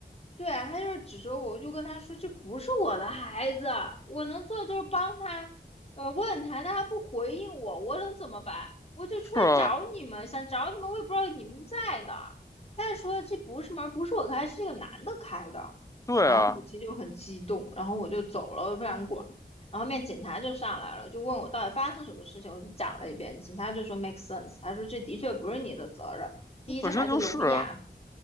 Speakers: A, on the left (about 35°); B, on the left (about 20°).
A: 对，他就是指着我，我就跟他说这不是我的孩子，我能做的就是帮他，呃，问他，但他不回应我，我能怎么办？我就出来找你们，
B: 是啊，
A: 想找你们，我也不知道你们不在的。再说这不是门，不是我开，是那个男的开的。
B: 对啊，
A: 然后母亲就很激动，然后我就走了，我不想管。然后后面警察就上来了，就问我到底发生什么事情，我就讲了一遍。警察就说 make sense，他说这的确不是你的责任。第一，
B: 本身就是啊
A: 这孩子聋哑；